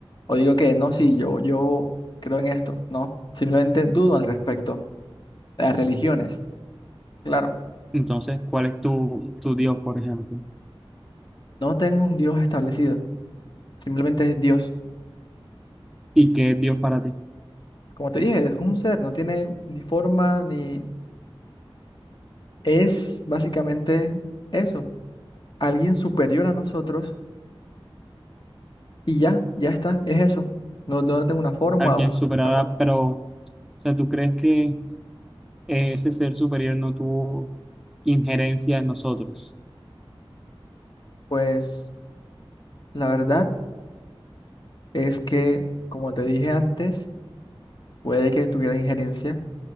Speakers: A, on the left; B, in the centre.
A: O digo que no, sí, yo, yo creo en esto, no. Simplemente dudo al respecto. Las religiones, claro,
B: entonces, ¿cuál es tu, tu Dios, por ejemplo?
A: no tengo un Dios establecido, simplemente es Dios.
B: ¿Y qué es Dios para ti?
A: Como te dije, es un ser, no tiene ni forma ni... Es básicamente eso, alguien superior a nosotros y ya, ya está, es eso. No, no tengo una forma,
B: Alguien
A: una
B: superará,
A: una forma.
B: pero, o sea, ¿tú crees que ese ser superior no tuvo injerencia en nosotros.
A: Pues la verdad es que, como te dije antes, puede que tuviera injerencia